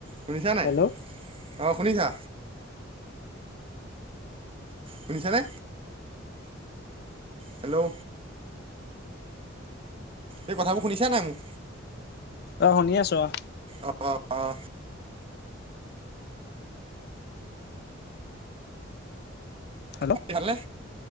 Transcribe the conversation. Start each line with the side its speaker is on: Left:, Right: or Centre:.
Right: শুনিছা নাই,
Left: হেল্ল'
Right: অ, শুনিছা? শুনিছনে? হেল্ল', এই কথাবোৰ শুনিছা নাই মোক?
Left: অ, শুনি আছোঁ অ,
Right: অ, অ, অ,
Left: হেল্ল'
Right: অ ভালনে